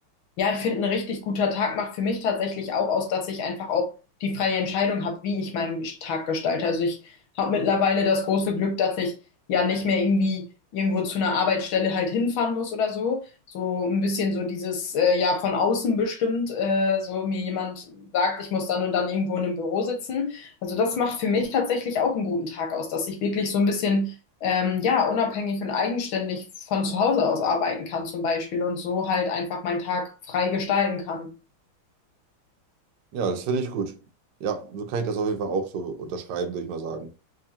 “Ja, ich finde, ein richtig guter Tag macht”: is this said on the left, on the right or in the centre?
Left